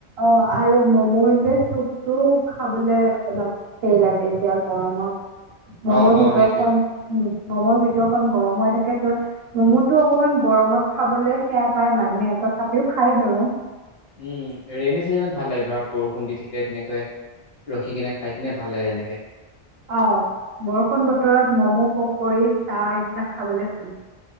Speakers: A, on the right; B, on the left.
A: অ আৰু মমোৰ যে চুপটো খাবলে অলপ হেৰি লাগে এতিয়া গৰমত । ম'মৰ
B: অ', অ',
A: ভিতৰখন
B: সেইটোৱে
A: ম'ম' ভিতৰত খন গৰম হৈ থাকে ত ম'ম'তটো অকমান গৰমত খাবলে সেয়া পায় মানুহে তথাপিও খায় বাৰু
B: উম ৰেইনী চিজনত ভাল লাগে ধৰা বৰষুণ দি থাকিলে ধুনীয়াকৈ ৰখি কিনে খাই কিনে ভাল লাগে এনেকে ।
A: আহ বৰষুণ বতৰত মম', পকৰি, চাহ এইবিলাক খাবলে ভালে